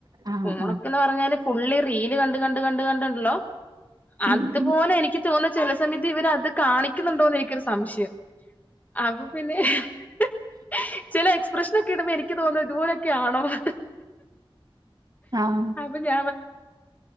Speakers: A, on the right; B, on the left.
A: ആ
B: ഫോണൊക്കെന്ന്
A: ആ
B: പറഞ്ഞാല് ഫുൾ ഈ റീല് കണ്ട് കണ്ട് കണ്ട് ഉണ്ടല്ലോ അതും
A: ഉം ഉം
B: തന്നിട്ട് ഇവരത് കാണിക്കുന്നുണ്ടോന്ന് എനിക്കൊരു സംശയം അപ്പൊ പിന്നെ ഹ ഹാ ചിലപ്പോ പ്രെശ്നോക്കിടുമ്പോ എനിക്ക് തോന്നും ഇതുപോലൊക്കെ ആണോന്ന്
A: ആ
B: ആഹ് പിന്നെ